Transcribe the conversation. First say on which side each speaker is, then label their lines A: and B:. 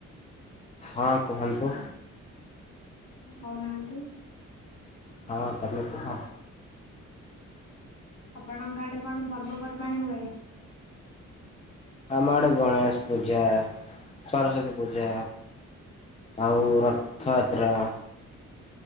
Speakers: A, on the left; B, on the left.
A: ହଁ କୁହନ୍ତୁ।
B: ହଁ କଉନାହାନ୍ତି।
A: ହଁ ତମେ କୁହ।
B: ଆପଣଙ୍କ ଆଡେ କଣ ପର୍ବପର୍ବାଣୀ ହୁଏ?
A: ଆମ ଆଡେ ଗଣେଶ ପୂଜା ସରସ୍ଵତୀ ପୂଜା। ଆଉ ରଥୟାତ୍ରା।